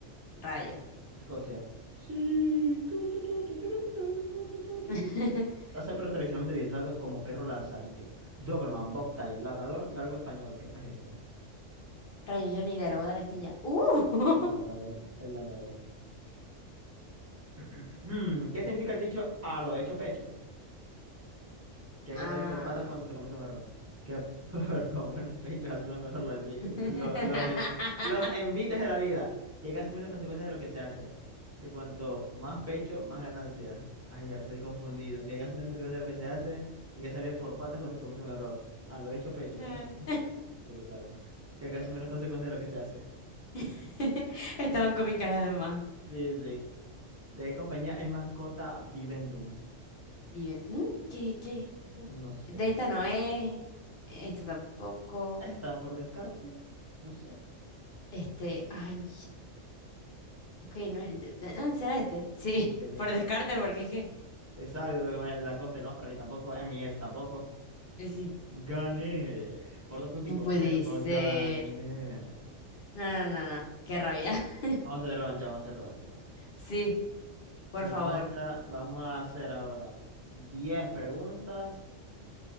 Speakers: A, on the left (about 55°); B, on the right (about 20°).
A: rayos.
B: Escocia. Sí. Tu, tu, tu, tu, tu, tu, tu, tu, tu, tu,
A: <laughs>
B: tu, tu, tu. Raza de perro tradicionalmente adiestrado como perro lazarillo. Doberman, Bobtail, Labrador, Galgo español. Creo que es este.
A: Rayos, yo ni idea. Le voy a dar este y ya. ¡Uh! <laughs>
B: Sí, Labrador. El Labrador. <clears throat> ¿Qué significa el dicho a lo hecho pecho? que hay
A: Ah.
B: que salir por patas cuando se comete un error. Que por- <laughs> con buenos pechos asume mejor los, envi-
A: <laughs>
B: lo- los, eh, los envites de la vida. Que hay que asumir las consecuencias de lo que se hace. Que cuanto más pecho, más ganancias. Ay, ya estoy confundido. Que hay que asumir las consecuencias de lo que se hace. Que hay que salir por patas cuando se comete un error. Ah, lo hecho pecho.
A: No.
B: Esto, ¿no? Sí, claro. Que hay que asumir las consecuencias de lo que se hace.
A: <laughs> Estaban cómicas las demás.
B: Sí, sí. ¿De qué compañía es mascota Vivendum?
A: Vive- ¿Mm? ¿Qué, qué? Uh,
B: No sé.
A: De esta no es, esta tampoco,
B: Esta, por descarte, no sé.
A: este, ay, ok, no es, de- de- ah, ¿será este? Sí,
B: Michelin.
A: <laughs> por
B: sí.
A: descarte, porque es que,
B: Exacto, porque Manuel Lacoste no, Ferrari tampoco, Emier tampoco.
A: y sí,
B: Gané por dos punticos,
A: no puede
B: pero
A: ser,
B: gané.
A: no, no, no, no, qué
B: Bueno,
A: rabia, <laughs>
B: vamos a hacer revancha, vamos a hacer revancha, vamos a hacer revancha.
A: sí, por
B: Se
A: favor,
B: revancha, vamos a hacer ahora 10 preguntas,